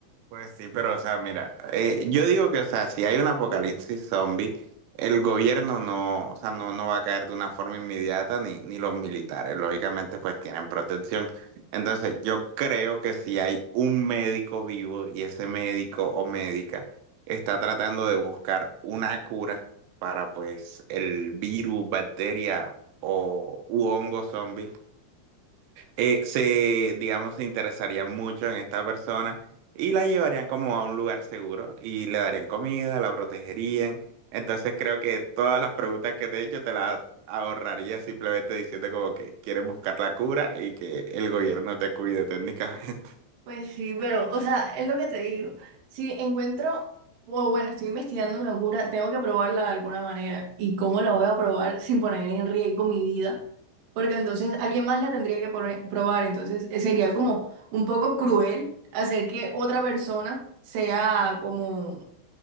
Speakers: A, on the right; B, on the right.
A: Pues sí, pero o sea, mira, eh, yo digo que, o sea, si hay un apocalipsis zombie, el gobierno no, o sea, no, no va a caer de una forma inmediata, ni, ni los militares, lógicamente, pues tienen protección. Entonces, yo creo que si hay un médico vivo y ese médico o médica está tratando de buscar una cura para, pues, el virus, bacteria o u hongo zombie, eh, se, digamos, se interesarían mucho en esta persona y la llevarían como a un lugar seguro y le darían comida, la protegerían. Entonces creo que todas las preguntas que te he hecho te las ahorraría simplemente diciendo como que quieres buscar la cura y que el gobierno te cuide técnicamente.
B: Pues sí, pero, o sea, es lo que te digo. Si encuentro, o bueno, estoy investigando una cura, tengo que probarla de alguna manera. ¿Y cómo la voy a probar sin poner en riesgo mi vida? Porque entonces alguien más la tendría que poner- probar. Entonces eh, sería como un poco cruel hacer que otra persona sea como,